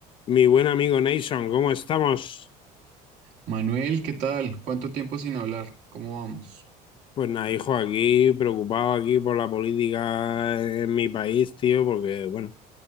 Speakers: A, on the left; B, on the right.
A: Mi buen amigo Nason, ¿cómo estamos?
B: Manuel, ¿qué tal? ¿Cuánto tiempo sin hablar? ¿Cómo vamos?
A: Pues nada, hijo, aquí preocupado aquí por la política en mi país, tío, porque bueno,